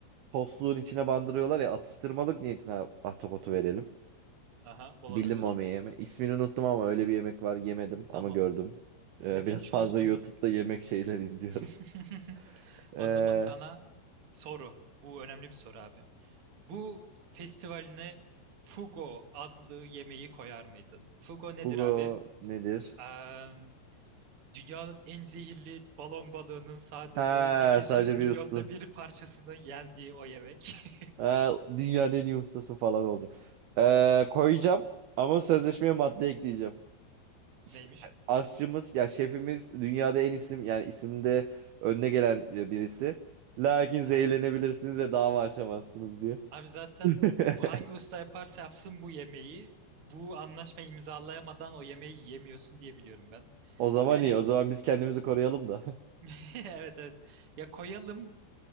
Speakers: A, on the right; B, on the right.
A: Tostluğun içine bandırıyorlar ya atıştırmalık niyetine ahtapotu verelim.
B: Aha olabilir.
A: Bildim mi o yemeği? İsmini unuttum ama öyle bir yemek var. Yemedim ama
B: Tamam.
A: gördüm. Ee,
B: Dediğini
A: biraz
B: çözdüm.
A: fazla YouTube'da yemek şeyler izliyorum.
B: <laughs>
A: <laughs>
B: O
A: Ee,
B: zaman sana soru. Bu önemli bir soru abi. Bu festivaline Fugo adlı yemeği koyar mıydın? Fugo nedir
A: Hugo
B: abi?
A: nedir?
B: Eee, dünyanın en zehirli balon balığının sadece
A: Ha
B: 800
A: sadece
B: milyonda
A: bir usta.
B: bir parçasını yendiği o yemek. <laughs>
A: Ha, dünyanın en iyi ustası falan olacak. Ee, koyacağım ama sözleşmeye madde ekleyeceğim. İşte
B: Neymiş?
A: e, aşçımız ya şefimiz dünyada en isim yani isimde önüne gelen e, birisi. Lakin zehirlenebilirsiniz
B: Aha.
A: ve dava açamazsınız diye.
B: Abi zaten
A: <laughs>
B: bu hangi usta yaparsa yapsın bu yemeği bu anlaşmayı imzalayamadan o yemeği yemiyorsun diye biliyorum ben.
A: O zaman
B: Yani
A: iyi. O zaman biz kendimizi koruyalım da. <laughs>
B: <laughs> evet evet. Ya koyalım